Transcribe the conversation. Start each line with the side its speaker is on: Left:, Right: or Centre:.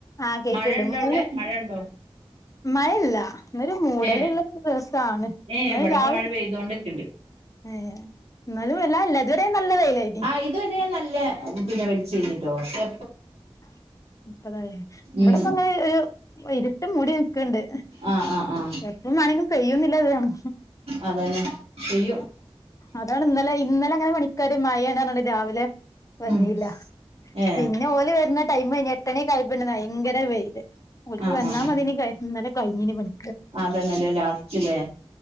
Left: ആ കേക്കണ്ട്
Right: മഴ ഉണ്ടോ
Left: മൂവ്
Right: അവിടെ മഴ ഉണ്ടോ
Left: മയല്ല ഇന്നരു മൂടലള്ള
Right: ഏ
Left: ദിവസണ്
Right: ഏ
Left: ന്നാ
Right: ഇവിടെപ്പ
Left: രാവിലെ
Right: <unintelligible>
Left: ഏഹ് എന്നാലും വല്ലാ ല്ല ഇതവരെ നല്ല വെയിലായിരി
Right: ആഹ് ഇതൊരു നല്ല പിന്നെ വെടിച്ചീന്ട്ടോ പഷേ
Left: <unintelligible> ഇവിടെപ്പോ
Right: ഉം
Left: അങ്ങനെ ഒരു ഇരുട്ടു മൂടി ക്ണ്ട്
Right: ആ ആ ആ
Left: എപ്പളും മാണെങ്കി പെയ്യുന്നില്ലാതാണ്.
Right: അതന്നെ ചെയ്യും
Left: അതാണ് ഇന്നലെ ഇന്നലെ അങ്ങനെ പണിക്കാര് മഴയാണാന്ന് പറഞ്ഞ് രാവിലെ വന്നില്ല
Right: ഉം ഏ
Left: പിന്നെ ഓര് ടൈം കഴി എട്ടണി ഒക്ക ഭയങ്കര വെയില് ഓൽക്ക്
Right: ആ ആ
Left: വന്നാ
Right: ആ
Left: മതിന് കഴിഞ്ഞീനി പണി
Right: അതന്നെല്ലേ ലാസ്റ്റിലേ